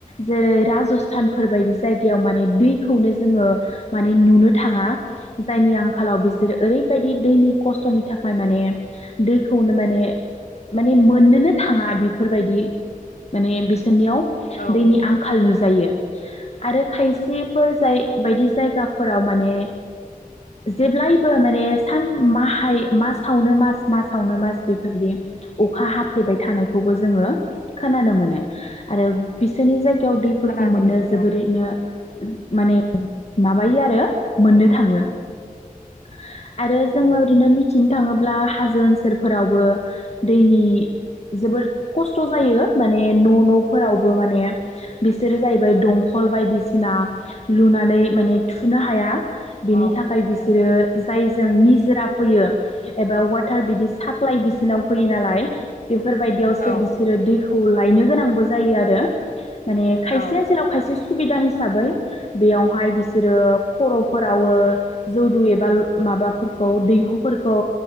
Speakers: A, on the left; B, on the left.
A: जेरै राजस्थानफोर बायदि जायगायाव माने दैखौनो जोङो <unintelligible> माने नुनो थाङा जायनि आंखालाव बिसोरो ओरैबायदि दैनि खस्थ'नि थाखाय माने। दैखौनो माने माने मोननोनो थाङा बिफोरबायदि माने बिसोरनियाव। <unintelligible>
B: औ
A: दैनि
B: नोंथां
A: आंखाल नुजायो। आरो खायसेफोर जाय बायदि जायगाफोराव माने जेब्लायबो माने सान माहाय मासावनो मास मासावनो मास बेफोरबायदि अखा हाफ्लेबाय थानायखौबो जोङो खोनानो मोनो आरो बिसोरनि जाय गायाव दैफोरखौ
B: खोनानो
A: मोननो जोबोरैनो
B: औ
A: <unintelligible> माने माबायो आरो मोननो थाङो <unintelligible> आरो जोङो ओरैनो मिथिनो थाङोब्ला हा। जो ओनसोलफोरावबो दैनि जोबोद खस्थ' जायो माने न' न'फोरावबो माने बिसोरो जाहैबाय दंखल बायदिसिना लुनानै माने थुनो हाया। बेनि
B: औ
A: थाखाय बिसोरो
B: औ
A: <inaudible> जायजों निजोरा फैयो एबा वा <unintelligible> बिदि साप्लइ बिसोरनाव होयो नालाय। बेफोरबायदियावसो
B: औ
A: बिसोरो दैखौ खौ लायनो गोनांबो जायो आरो। माने खायसे
B: औ
A: ओनोलाव खायसे सुबिदा हिसाबै बेयावहाय बिसोरो खर'फोरावो जौदु एबा माबाफोरखौ दैहुफोरखौ।